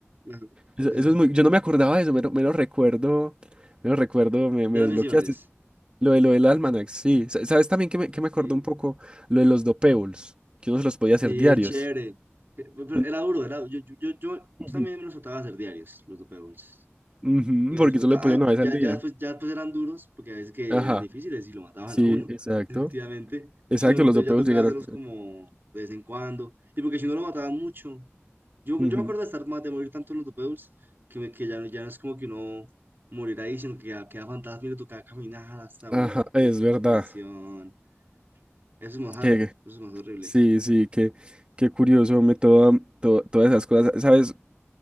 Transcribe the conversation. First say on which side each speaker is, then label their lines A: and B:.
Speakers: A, on the right; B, on the right.
A: ajá,
B: Eso,
A: sí,
B: eso
A: sí.
B: es muy, yo no me acordaba de eso, me, lo me lo recuerdo, me lo recuerdo, me,
A: De
B: me
A: las
B: desbloqueaste.
A: misiones.
B: Lo de lo del Almanac, sí. Sa- ¿Sabes también que me, que me acordó
A: Sí.
B: un poco lo de los dopables? Que uno se los podía
A: Sí,
B: hacer diarios.
A: chévere. Pe- pe- Pero
B: Un-
A: era duro, era, yo, yo, yo, yo- yo
B: Ujú.
A: también me los trataba de hacer diarios, los dope bowls.
B: Ujú,
A: Y me
B: porque
A: los trataba,
B: solo le podía
A: ah,
B: una vez
A: ya,
B: al día.
A: ya, después, ya después eran duros, porque a veces que
B: Ajá,
A: eran difíciles y lo mataban
B: sí,
A: a uno,
B: exacto.
A: <laughs> efectivamente. Entonces,
B: Exacto,
A: uno- entonces
B: los dopables
A: ya tocaba
B: llegaron.
A: hacerlos como de vez en cuando. Y porque si no lo mataban mucho. Yo,
B: Ujú,
A: yo me acuerdo de estar más, de morir tanto en los dope bowls, que, me- que ya, no- ya no es como que uno morir ahí, sino que ya queda fantasma y le tocaba caminar hasta un
B: Ajá, es
A: punto
B: verdad.
A: de recuperación. Eso es más harto,
B: Que
A: eso es más horrible.
B: Sí, sí, qué, qué curioso, me toda, to- todas esas cosas, ¿sabes?